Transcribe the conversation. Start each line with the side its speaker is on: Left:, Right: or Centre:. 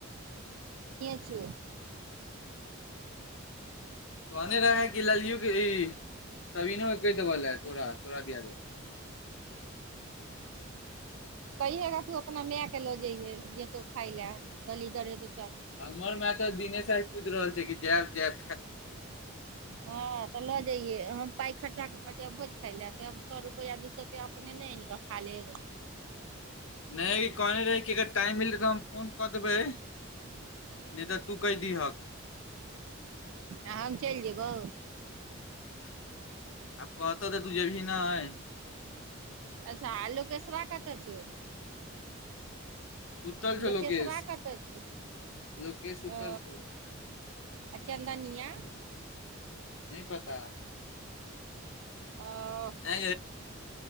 Right: चू
Left: कह आने रह है क लाल यू क सवी न क बल है, तोरा तोरा दआ दे
Right: कहिहेगा तू अपना माय के लऽ जइये य तो खायइ ले दली दरे तो
Left: हमर मै तऽ दिने सा कूद रहल छै, कि जा जा
Right: हँ तऽ लऽ जइयए हम पाइक खर्चा कऽ कऽ जेब भोज खाय लए से हम सए रुपैआ दू सए के अपने ने आनि कऽ खा लेब
Left: नहि कहने रहे कि अगर टाइम मिलै तऽ हम फोन कऽ देबै नहि तऽ तू कहि दिहक
Right: आ हम चलि जेबौ
Left: ह आब कहतौ तऽ तू जेे भी नहि
Right: अच्छा लोकेशवा कतऽ छौ।
Left: सुतल छौ
Right: लोकेशवा
Left: लोकेश
Right: कतय छ
Left: लोकेश सुतल
Right: ओ
Left: छौ
Right: आ चदनिया
Left: नहि पता
Right: ओ
Left: आ